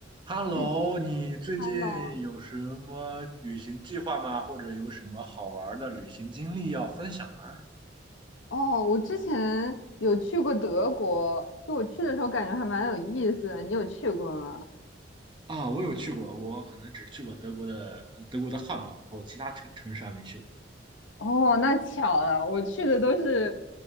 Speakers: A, on the right (about 25°); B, on the left (about 85°).
A: Hello，
B: 哎，挺喜
A: 你最近有什么旅行计划吗？
B: 欢的哦。
A: 或者有什么好玩儿的旅行经历要分享吗？
B: 哦，我之前有去过德国，就我去的时候感觉还蛮有意思的。你有去过吗？
A: 啊，我有去过，我可能只去过德国的呃德国的汉堡，然后其他城城市还没去
B: 哦，那巧了，我去的都是，